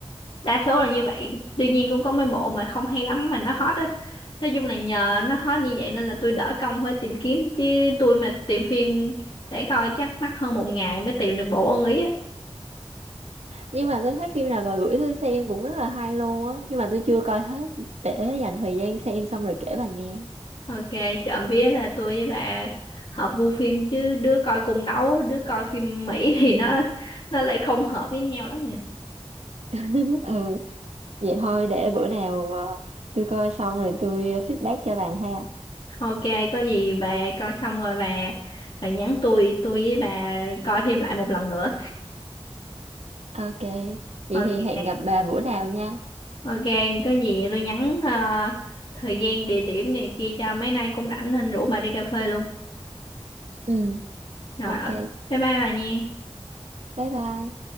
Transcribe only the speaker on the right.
Nhưng mà tôi thấy phim nào bà gửi tôi xem cũng rất là hay luôn á, nhưng mà tôi chưa coi hết để dành thời gian xem xong rồi kể bà nghe.
<laughs> Ừ, vậy thôi để bữa nào à, tôi coi xong rồi tôi feedback cho bà ha.
Ok, vậy
thì hẹn gặp bà bữa nào nha.
Ừ,
ok.
Bye bye.